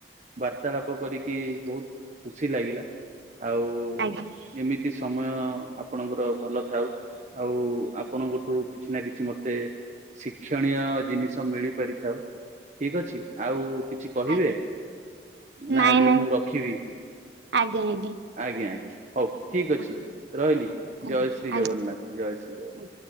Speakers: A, on the right; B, on the right.
A: ବାର୍ତ୍ତାଳାପ କରିକି ବହୁତ ଖୁସି ଲାଗିଲା ଆଉ <unintelligible>
B: ଆଜ୍ଞା
A: ଏମିତି ସମୟ ଆପଣଙ୍କର ଭଲ ଥାଉ ଆଉ ଆପଣଙ୍କଠୁ କିଛି ନା କିଛି ମତେ ଶିକ୍ଷଣୀୟ ଜିନିଷ ମିଳି ପାରିଥାଉ ଠିକ୍ ଅଛି ଆଉ କିଛି କହିବେ
B: ଆଜ୍ଞା
A: ନା
B: ନାଇଁ
A: ଏବେ
B: ନାଇଁ
A: ମୁଁ ରଖିବି।
B: ଆଜ୍ଞା ଆଜ୍ଞା।
A: ଆଜ୍ଞା ଆଜ୍ଞା ହଉ ଠିକ ଅଛି
B: ଆଜ୍ଞା
A: ରହିଲି
B: ଆଜ୍ଞା
A: ଜୟ ଶ୍ରୀ
B: ଆଜ୍ଞା
A: ଜଗନ୍ନାଥ ଜୟ ଶ୍ରୀ ଜଗନ୍ନାଥ।
B: ଆଜ୍ଞା।